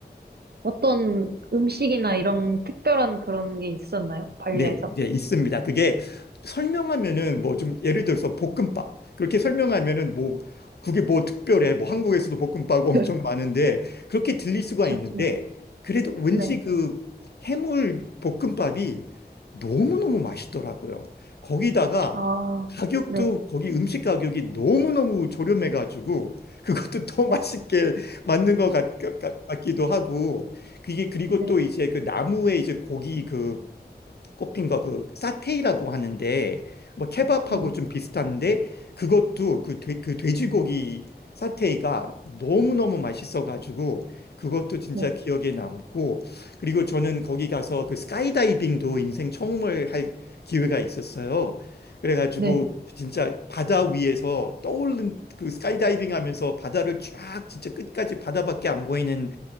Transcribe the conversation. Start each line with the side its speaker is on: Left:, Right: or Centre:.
Right: 어떤 음식이나 이런 특별한 그런 게 있었나요? 발리에서?
Left: 네, 네, 있습니다. 그게 설명하면은 뭐 좀 예를 들어서 볶음밥. 그렇게 설명하면은 뭐 그게 뭐 특별해. 뭐 한국에서도 볶음밥 엄청
Right: <laughs>
Left: 많은데 그렇게 들릴 수가
Right: 그렇죠.
Left: 있는데 그래도 왠지
Right: 네.
Left: 그 해물 볶음밥이 너무너무 맛있더라고요. 거기다가
Right: 아,
Left: 가격도
Right: 네,
Left: 거기 음식 가격이 너무너무 저렴해가지고 그것도 더
Right: 네,
Left: <laughs> 맛있게 맞는 것 같, 같, 같기도 하고 그게 그리고
Right: 네,
Left: 또 이제 그 나무에 이제 고기 그 꼽힌 거 그 사테이라고 하는데 뭐 케밥하고
Right: 네,
Left: 좀 비슷한데 그것도 그, 돼, 그 돼지고기 사테이가 너무너무 맛있어가지고 그것도 진짜
Right: 네,
Left: 기억에 남고 그리고 저는 거기 가서 그 스카이다이빙도 인생 처음을 할 기회가 있었어요. 그래가지고
Right: 네.
Left: 진짜 바다 위에서 떠오른 그 스카이다이빙 하면서 바다를 쫙 진짜 끝까지 바다밖에 안 보이는